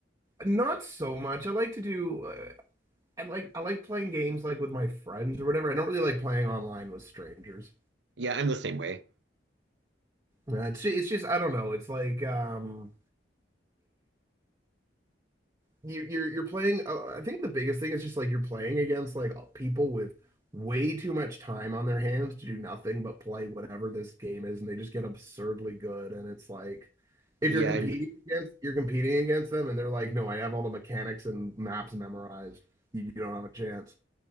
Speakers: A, on the right; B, on the right.
A: Not so much. I like to do. Uh, I like I like playing games like with my friends or whatever. I don't really like playing online with strangers.
B: Yeah, I'm the same way.
A: Uh, It's it's just I don't know. It's like um you you're you're playing uh, I think the biggest thing is just like you're playing against like uh, people with way too much time on their hands to do nothing but play whatever this game is and they just get absurdly good and it's like if
B: Yeah,
A: you're competing
B: I'm,
A: against you're competing against them and they're like, "No, I have all the mechanics and maps memorized. You, you don't have a chance."